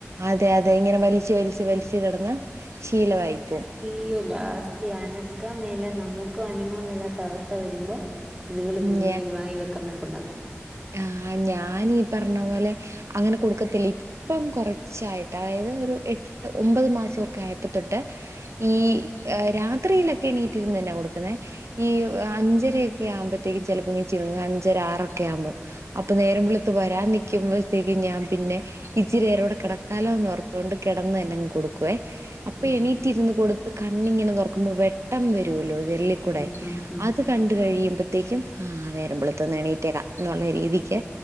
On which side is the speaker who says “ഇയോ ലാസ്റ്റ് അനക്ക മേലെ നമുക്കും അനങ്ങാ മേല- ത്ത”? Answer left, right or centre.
Right